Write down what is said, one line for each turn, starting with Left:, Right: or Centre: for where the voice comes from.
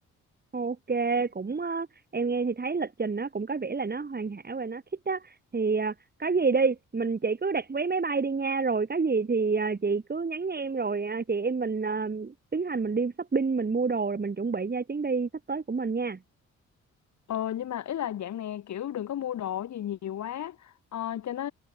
Right: Ok, cũng ờ, em nghe thì thấy lịch trình nó cũng có vẻ là nó hoàn hảo và nó thích á thì ờ, có gì đi mình chị cứ đặt vé máy bay đi nha rồi có gì thì ờ, chị cứ nhắn em rồi ờ, chị em mình ờ, tiến hành mình đi shopping mình mua đồ rồi mình chuẩn bị nha chuyến đi sắp tới của mình nha
Left: ờ nhưng mà ý là dạng này kiểu đừng có mua đồ gì nhiều quá ờ, cho nó